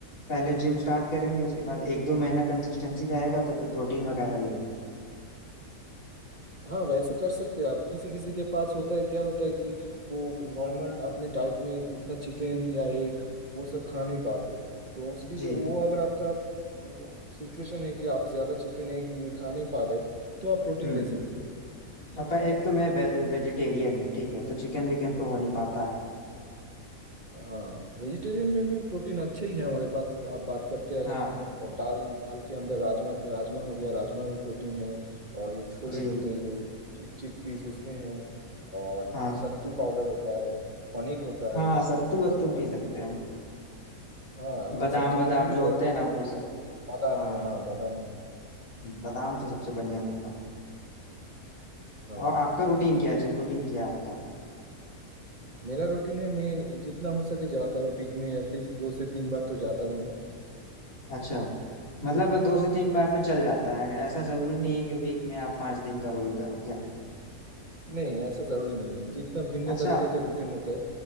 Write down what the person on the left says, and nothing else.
पहले जिम स्टार्ट करेंगे उसके बाद एक दो महीना कंसिस्टेंसी रहेगा तो फिर प्रोटीन वगैरह लेंगे
जी
हम्म
अब एक तो मैं वेज, वेजिटेरियन हूँ ठीक है तो चिकन विकन तो हो नहीं पाता है
हाँ
जी
हाँ
हाँ
सत्तू वत्तू
पी सकते हैं
बादाम
वादाम
जो
होते हैं ना
वो सब
हाँ
बादाम तो सबसे बढ़िया लगता है
और आपका रूटीन क्या है जिम रूटीन क्या है आपका
अच्छा मतलब दो से तीन बार में चल जाता है ऐसा जरूरी नहीं है कि वीक में आप पांच दिन करो ही करो क्या
अच्छा